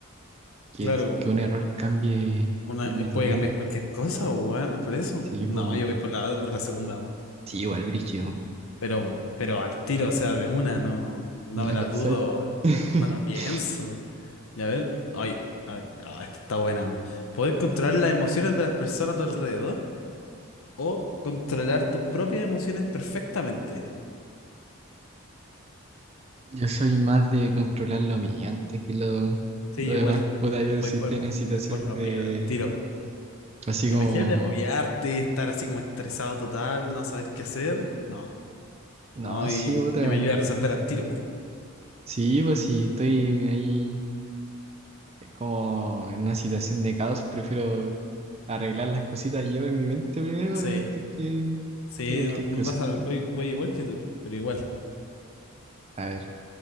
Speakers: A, on the right; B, on the left.
A: que,
B: Claro,
A: que un error cambie,
B: una,
A: cambie tu
B: puede
A: vida.
B: cambiar cualquier cosa, weón, por eso.
A: Sí,
B: No,
A: pues. bueno.
B: yo voy por la, otra- por la segunda, weón.
A: Sí, igual, brígido.
B: Pero, pero al tiro, o sea, de una, no, no
A: Ni la
B: me la
A: pensáis.
B: dudo, weón.
A: <laughs>
B: No la pienso. Ya ver, ay, a ver, ah, esta está buena, weón. Poder controlar las emociones de las personas a tu alrededor o controlar tus propias emociones perfectamente.
A: Yo soy más de controlar lo mío antes que lo,
B: Sí,
A: lo
B: yo
A: demás.
B: igual.
A: Puta, yo
B: Voy
A: sí
B: por,
A: estoy en una situación
B: voy por lo
A: de.
B: mío, al tiro.
A: Así
B: Imagínate
A: como.
B: agobiarte, estar así como estresado total, no saber qué hacer. No, no,
A: No,
B: y
A: sí, puta.
B: que me ayude a resolver al tiro.
A: Sí, pues sí, estoy ahí Es como en una situación de caos, prefiero arreglar las cositas yo en mi mente primero
B: Sí,
A: eh, antes que,
B: sí,
A: que cualquier
B: me
A: cosa.
B: pasa, lo- voy, voy igual que tú, pero igual.
A: A ver,